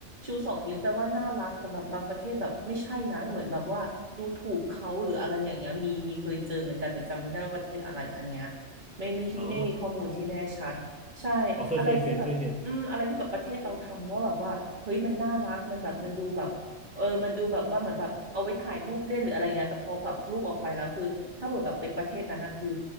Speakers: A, on the right (about 35°); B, in the centre.
A: ชูสองนิ้วแปลว่าน่ารักแต่แบบบางประเทศแบบไม่ใช่นะเหมือนแบบว่าดูถูกเขาหรืออะไรอย่างเงี้ยมีมีเคยเจอเหมือนกันแต่จำไม่ได้ว่าประเทศอะไรอันเนี้ยไม่ไม่ไม่ไมมีข้อมูลที่แน่ชัดใช่อะไรที่แบบ
B: อ๋ออ๋อเคยเคยเห็นเคยเห็น
A: อืมอะไรที่แบบประเทศเราทำว่าแบบว่าเฮ้ยมันน่ารักมันแบบมันดูแบบเออมันดูแบบว่าเหมือนแบบเอาไว้ถ่ายรูปเล่นหรืออะไรเงี้ยแต่พอแบบรูปออกไปแล้วคือถ้าเกิดแบบไปประเทศนั้นนะคือ